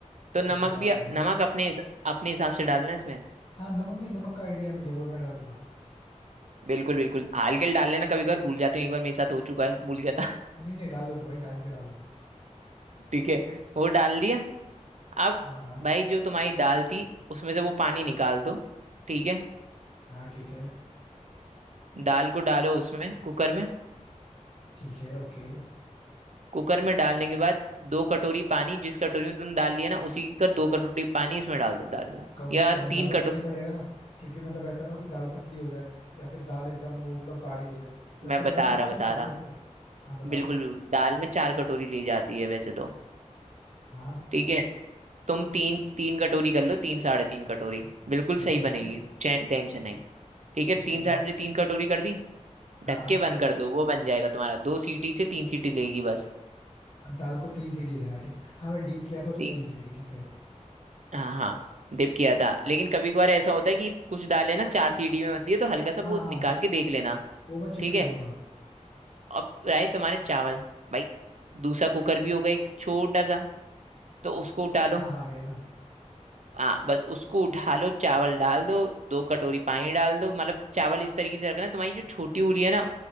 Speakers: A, on the right (about 65°); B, on the left (about 50°).
A: तो
B: ठीक
A: नमक
B: है डाल
A: भी
B: दूंगा
A: नमक अपने हिस- अपने हिसाब से डालना है इसमें
B: हाँ नमक नहीं नमक का आइडिया है मुझे वो मैं डाल दूंगा
A: बिल्कुल बिल्कुल हल्के डाल लेना कभी कभार भूल जाते हो एक बार मेरे साथ हो चुका है भूल गया था
B: हाँ, नहीं नहीं डाल दूंगा भाई टाइम से डाल दूंगा
A: <laughs> ठीक है वो डाल दिया अब
B: हाँ हाँ
A: भाई जो तुम्हारी दाल थी उसमें से वो पानी निकाल दो ठीक है
B: हाँ ठीक है
A: दाल को डालो उसमें कुकर में
B: ठीक है ओके
A: कुकर में डालने के बाद दो कटोरी पानी जिस कटोरी में तुमने दाल लिया ना उसी की कर दो कटोरी पानी इसमें डाल दो दाल में
B: कम
A: या
B: कम
A: तीन
B: ज्यादा तो नहीं पड़ेगा ना क्योंकि मतलब ऐसा ना हो कि दाल पतली हो जाए या फिर दाल एकदम वो मतलब गाढ़ी हो जाए तो ऐसा
A: मैं बता
B: बताना कि
A: रहा
B: थोड़ी
A: बता
B: परफेक्ट
A: रहा
B: हो हाँ बताओ
A: बिल्कुल बिल्कुल दाल में चार कटोरी ली जाती है वैसे तो
B: हाँ
A: ठीक है तुम तीन तीन कटोरी कर लो तीन साढ़े तीन कटोरी बिल्कुल
B: ठीक
A: सही
B: है ओके
A: बनेगी चैन टेंशन नहीं ठीक है
B: ओके
A: तीन साढ़े तीन कटोरी कर दी
B: हाँ
A: ढक के बंद कर दो वो बन जाएगा तुम्हारा दो सीटी से तीन सीटी लेगी बस
B: दाल को तीन सीटी देना है ठीक है हाँ मैं डिप किया था तो
A: ती,
B: तीन सीटी ठीक है
A: हाँ हाँ डिप किया था लेकिन कभी कभार ऐसा होता है कि कुछ दाल है ना चार सीटी में बनती है तो हल्का सा
B: हाँ
A: वो
B: हाँ
A: निकाल के देख लेना
B: वो मैं चेक
A: ठीक
B: कर
A: है
B: लूंगा
A: अब रहे तुम्हारे चावल भाई दूसरा कुकर भी होगा एक छोटा सा तो उसको डालो
B: हाँ हाँ है ना
A: हाँ बस उसको उठा लो चावल डाल दो दो कटोरी पानी डाल दो मतलब चावल इस तरीके से रखना तुम्हारी जो छोटी उंगली है ना